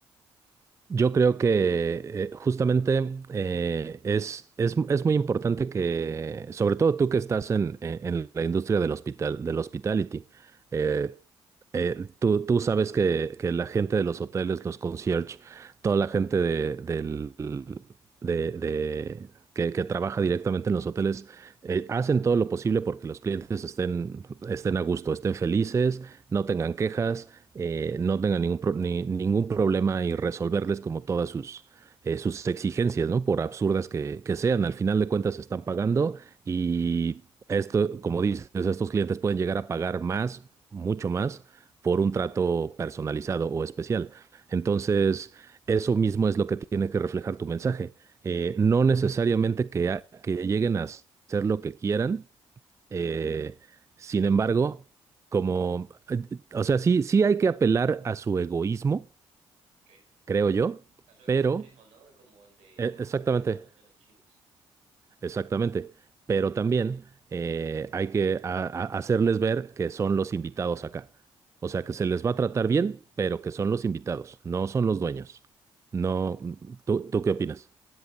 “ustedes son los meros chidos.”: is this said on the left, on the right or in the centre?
Right